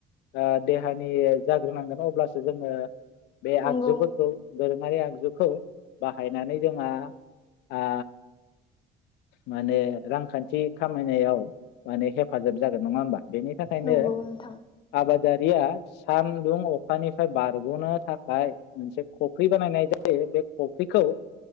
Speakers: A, on the left (about 85°); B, on the left (about 30°).
A: ओ देहानि जाग्रोनांगोन अब्लासो जोङो बे
B: नंगौ
A: आगजुफोरखौ दोरोङारि आगजुखौ बाहायनानै जोंहा आ माने रांखान्थि खामायनायाव माने हेफा हेफाजाब जागोन नङा होमबा बेनि थाखायनो
B: नंगौ नोंथां
A: आबाद। दारिया सानदुं अखानिफ्राय बारग'नो थाखाय मोनसे खफ्रि बानायनाय जायो बे कफिखौ